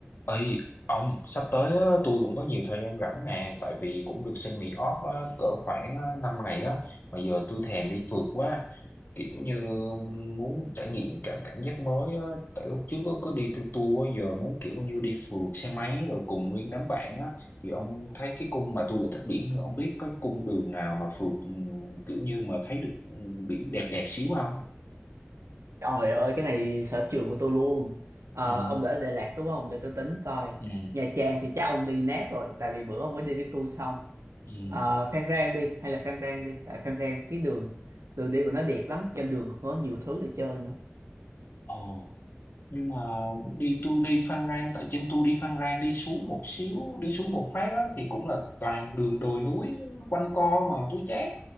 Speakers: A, on the left; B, on the right.
A: Ê, ông sắp tới á, tôi cũng có nhiều thời gian rảnh nè tại vì cũng được xin nghỉ off á, cỡ khoảng á, 5 ngày á mà giờ tôi thèm đi phượt quá kiểu như muốn trải nghiệm cảm cảm giác mới á tại lúc trước á, cứ đi theo tour á, giờ muốn kiểu như đi phượt xe máy rồi cùng nguyên đám bạn á thì ông thấy cái cung mà tôi lại thích biển nữa ông biết cái cung đường nào mà phượt ừ, kiểu như mà thấy được ừ, biển đẹp đẹp xíu không
B: Trời ơi, cái này sở trường của tôi luôn. Ờ,
A: ừ
B: ông đã ở Đà Lạt đúng không? Để tôi tính coi.
A: ừ
B: Nha Trang thì chắc ông đi nát rồi, tại vì bữa ông mới đi với tôi xong.
A: ừ
B: Ờ, Phan Rang đi, hay là Phan Rang đi, tại Phan Rang cái đường đường đi của nó đẹp lắm, trên đường có nhiều thứ để chơi nữa.
A: ồ nhưng mà đi tôi đi Phan Rang tại trên tôi đi Phan Rang đi xuống một xíu đi xuống một phát á, thì cũng là toàn đường đồi núi quanh co mà tôi chán